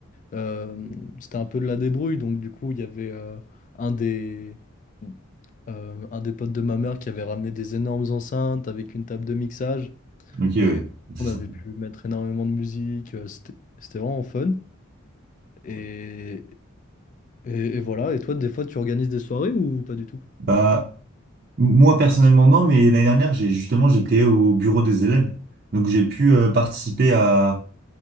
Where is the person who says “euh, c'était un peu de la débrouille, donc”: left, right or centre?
Left